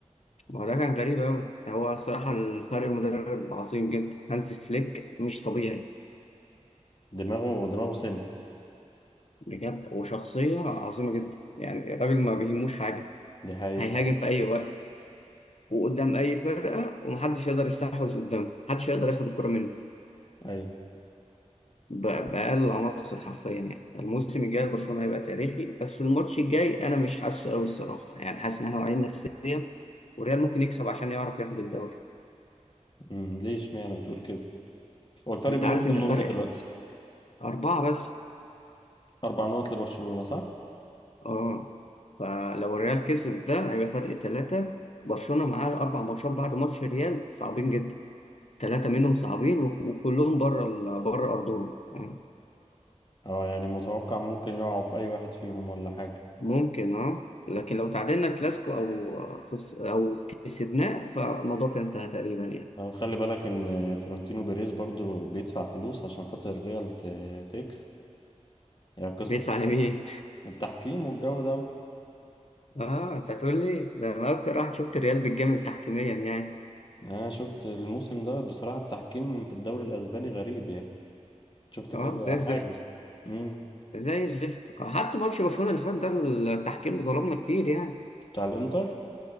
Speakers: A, on the left; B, on the left.
A: ما هو ده كان غريب قوي هو صراحه الفرق المدرب عظيم جدا هانز فليك مش طبيعي
B: دماغه دماغه سم
A: بجد وشخصيه عظيمه جدا يعني الراجل ما بيهموش حاجه
B: دي حقيقة
A: هيهاجم في اي وقت وقدام اي فرقه ومحدش يقدر يستحوذ قدامه محدش يقدر ياخد الكره منه
B: ايوه
A: ب- بأقل العناصر حرفيا يعني الموسم الجاي لبرشلونة هيبقى تاريخي بس الماتش الجاي أنا مش حاسه أوي الصراحة يعني حاسس إن إحنا واعيين نفسيا والريال ممكن يكسب عشان يعرف ياخد الدوري
B: امم ليه اشمعنى بتقول كده هو الفرق
A: أنت
B: بينهم
A: عارف
B: كام
A: إن الفرق
B: نقطة دلوقتي
A: أربعة بس
B: اربع نقط لبرشلونة صح
A: أه فلو الريال كسب ده هيبقى فرق ثلاثة برشلونة معاه أربع ماتشات بعد ماتش الريال صعبين جدا ثلاثة منهم صعبين و- وكلهم بره ال- بره أرضهم آه.
B: اه يعني متوقع ممكن يقعوا في اي واحد فيهم ولا حاجة
A: ممكن أه لكن لو تعادلنا كلاسيكو أو خس أو كسبناه فالموضوع كان انتهى تقريبا يعني
B: او خلي بالك ان فلورنتينو بيريز برضو بيدفع فلوس عشان خاطر ريال ت- تكسب يعني قصة
A: بيدفع لمين؟
B: التحكيم والجو ده
A: اه انت هتقول لي ده انا اكتر واحد شفت الريال بيتجامل تحكيميا يعني
B: انا شفت الموسم دوت بصراحة التحكيم في الدوري الاسباني غريب يعني شفت
A: اه
B: كذا
A: زي الزفت
B: حاجة امم
A: زي الزفت آه، حتى ماتش برشلونة اللي فات ده التحكيم ظلمنا كتير يعني
B: بتاع الانتر